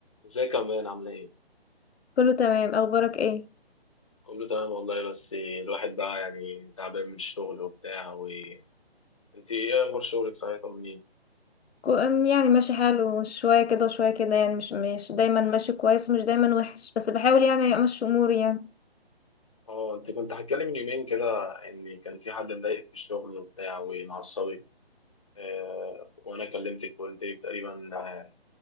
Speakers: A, on the left; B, on the left.
A: ازيك يا مان عامل ايه؟
B: كله تمام اخبارك ايه
A: كله تمام والله بس الواحد بقى يعني تعبان من الشغل وبتاع و انت ايه اخبار شغلك صحيح طمنيني؟
B: كو- أم يعني ماشي حاله شوية كده وشوية كده يعني مش مش دايما ماشي كويس ومش دايما وحش بس بحاول يعني امشي اموري يعني
A: اه انت كنت هتكلم من يومين كده ان كان في حد مضايقك في الشغل وبتاع ومعصبك آه وانا كلمتك وقلت لك تقريبا ان